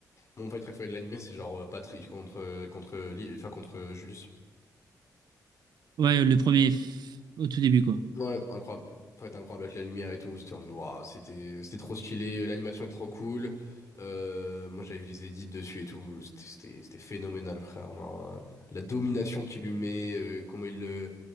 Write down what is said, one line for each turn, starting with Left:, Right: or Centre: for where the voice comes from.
Left: Mon fight préféré de l'anime, c'est genre euh, Patrick contre, euh, contre, euh, Li- enfin, contre euh, Julius.
Right: Ouais, le premier f- au tout début, quoi.
Left: Ouais, incroyable. Fight incroyable avec la lumière et tout. C'était en mode, waouh, c'était, c'était trop stylé. L'animation est trop cool. Euh, moi, j'avais vu des edits dessus et tout. C'était, c'était, c'était phénoménal, frère. Genre, euh, la domination qu'il lui met, euh, comment il le,